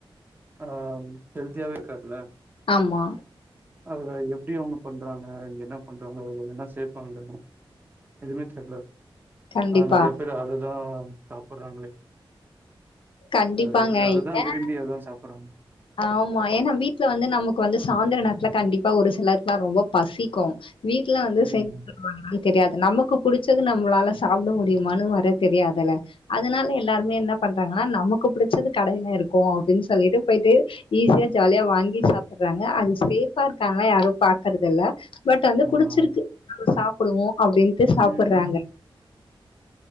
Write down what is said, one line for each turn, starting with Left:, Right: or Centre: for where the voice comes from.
Right: ஆம் ஹெல்த்தியாவே இருக்காதுல
Left: ஆமா
Right: அதுதா எப்டி அவுங்க பண்றாங்க என்ன பண்றாங்களோ அதுல என்னா சேப்பாங்க என்ன செல்ல
Left: கண்டிப்பா
Right: ஆ நெறைய பேர் அததா சாப்டுறாங்களே
Left: கண்டிப்பாங்க.
Right: நெறைய பேர் அதுதா
Left: ஏன்
Right: விரும்பி அததா சாப்றாங்க
Left: ஆமா ஏனா வீட்ல வந்து நமக்கு வந்து சாந்திர நேரத்துல கண்டிப்பா ஒரு சிலக்குல்லா ரொம்ப பசிக்கு வீட்டலா வந்து
Right: ம்
Left: செக் இது தெரியாது நமக்கு புடிச்சது நம்மளால சாப்ட முடியுமான்னு வேர தெரியாதல அதுனால எல்லாருமே என்ன பண்றாங்கனா நமக்கு புடிச்சது கடையில இருக்கு அப்டின் சொல்லிட்டு பொயிட்டு ஈஸியா ஜாலியா வாங்கி சாப்புட்றாங்க அது சேஃபா இருக்காங்லா யாரு பாக்குறதில்ல பட் வந்து
Right: ஆமா
Left: புடிச்சிருக்கு நம்ப சாப்புடுவோ அப்டின்ட்டு சாப்புட்றாங்க
Right: ம்